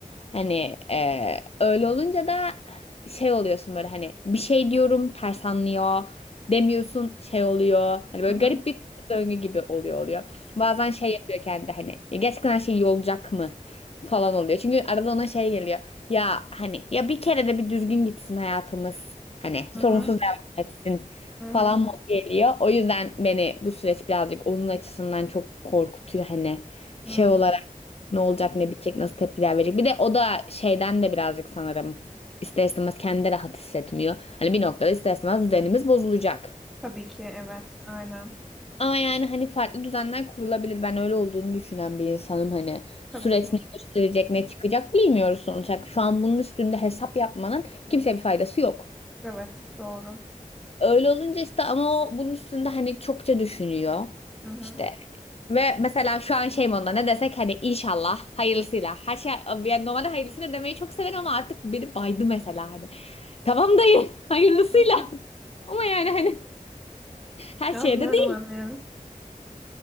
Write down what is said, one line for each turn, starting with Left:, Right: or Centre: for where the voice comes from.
Left: Hani e, öyle olunca da şey oluyorsun böyle hani bir şey diyorum ters anlıyor. Demiyorsun şey oluyor. Hani böyle
Centre: hı hı
Left: garip
Centre: hı
Left: bir döngü gibi oluyor oluyor. Bazen şey yapıyor kendi hani "Ya gerçekten her şey iyi olacak mı? falan oluyor. Çünkü arada ona şey geliyor. Ya hani ya bir kere de bir düzgün gitsin hayatımız. Hani
Centre: hı
Left: sorunsuz devam etsin
Centre: hı
Left: falan
Centre: hı.
Left: modu geliyor. O yüzden beni bu süreç birazcık onun açısından çok korkutuyor. Hani
Centre: hı.
Left: şey olarak ne olacak ne bitecek nasıl tepkiler verecek. Bir de o da şeyden de birazcık sanırım ister istemez kendi de rahat hissetmiyor. Hani bir noktada ister istemez düzenimiz bozulacak.
Centre: Tabii ki evet aynen.
Left: Ama yani hani farklı düzenler kurulabilir. Ben öyle olduğunu düşünen bir insanım hani.
Centre: Tabii
Left: Süreç
Centre: ki.
Left: ne gösterecek, ne çıkacak bilmiyoruz sonuç olarak. Şu an bunun üstünde hesap yapmanın kimseye bir faydası yok.
Centre: Evet doğru.
Left: Öyle olunca işte ama o bunun üstünde hani çokça düşünüyor.
Centre: Hı hı.
Left: İşte ve mesela şu an şey modunda ne desek hani inşallah hayırlısıyla. Her şey yani normalde hayırlısıyla demeyi çok severim ama artık beni baydı mesela hani. Tamam dayı <laughs> hayırlısıyla.
Centre: Okey.
Left: Ama yani hani her
Centre: Anlıyorum
Left: şeye de değil.
Centre: anlıyorum.